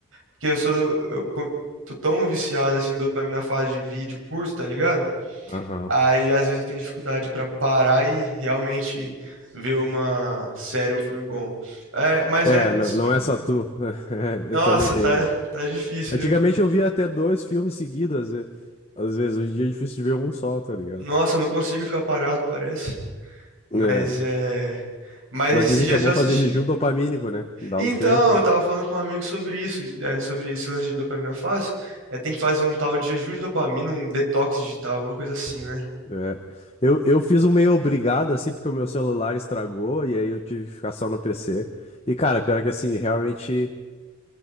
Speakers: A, on the right; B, on the left.
A: porque eu sou, do- eu co- tô tão viciado assim, em dopamina fase de vídeo curto, tá ligado?
B: Aham.
A: Aí, às vezes, eu tenho dificuldade pra parar e realmente ver uma série, um filme bom. É, mas
B: É,
A: é,
B: não,
A: esses últimos.
B: não é só tu. <laughs> É,
A: Nossa,
B: Eu também tenho.
A: tá, tá difícil,
B: Antigamente
A: viu?
B: eu via até dois filmes seguidos, às ve- às vezes. Hoje em dia é difícil de ver um só, tá ligado?
A: Nossa, eu não consigo ficar parado, parece. Mas
B: É.
A: é. Mas
B: Mas
A: esses
B: dizem
A: dias
B: que é bom
A: eu assisti.
B: fazer jejum dopamínico, né? Dá
A: Então,
B: um tempo.
A: eu tava falando com um amigo sobre isso, é, sobre esse lance de dopamina fácil. É, tem que fazer um tal de jejum de dopamina, um detox digital, alguma coisa assim, né?
B: É. Eu, eu fiz um meio obrigado, assim, porque o meu celular estragou e aí eu tive que ficar só no PC. E, cara, pior é que, assim, realmente